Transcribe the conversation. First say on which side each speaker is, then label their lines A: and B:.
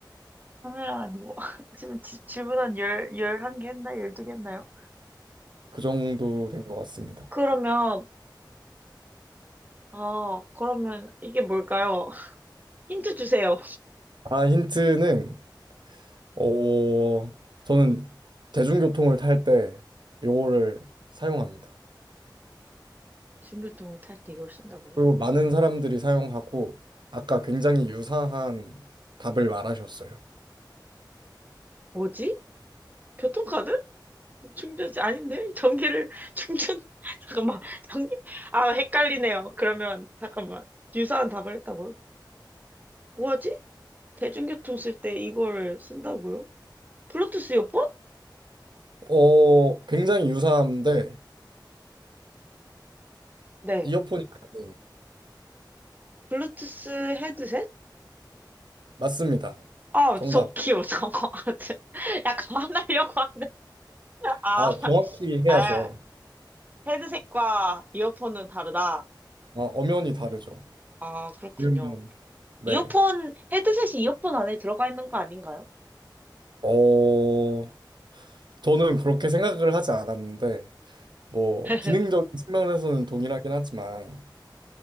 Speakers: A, on the right; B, on the right.
A: 카메라 아니고 <laughs> 지금 지- 질문 한 열, 열한 개 했나? 열두 개 했나요?
B: 그 정도 된 것 같습니다.
A: 그러면 어 그러면 이게 뭘까요? <laughs> 힌트 주세요.
B: 아, 힌트는 어, 저는 대중교통을 탈 때 요거를 사용합니다.
A: 신교통을 탈 때 이걸 쓴다고요?
B: 그리고 많은 사람들이 사용하고 아까 굉장히 유사한 답을 말하셨어요.
A: 뭐지? 교통카드? 충전지 아닌데? 전기를 <laughs> 충전 <laughs> 잠깐만 전기 아 헷갈리네요. 그러면 잠깐만 유사한 답을 했다고요? 뭐지? 대중교통 쓸 때 이걸 쓴다고요? 블루투스 이어폰?
B: 어, 굉장히 유사한데
A: 네.
B: 이어폰이 아니에요.
A: 블루투스 헤드셋?
B: 맞습니다.
A: 아,
B: 정답.
A: 저 귀여워, 저거. <laughs> 저- 약간 화나려고 하는데. 아,
B: 아, 정확히 해야죠.
A: 아, 헤드셋과 이어폰은 다르다.
B: 아, 엄연히 다르죠.
A: 아, 그렇군요.
B: 그러면 네.
A: 이어폰, 헤드셋이 이어폰 안에 들어가 있는 거 아닌가요?
B: 어, 저는 그렇게 생각을 하지 않았는데, 뭐,
A: <laughs>
B: 기능적인 측면에서는 동일하긴 하지만,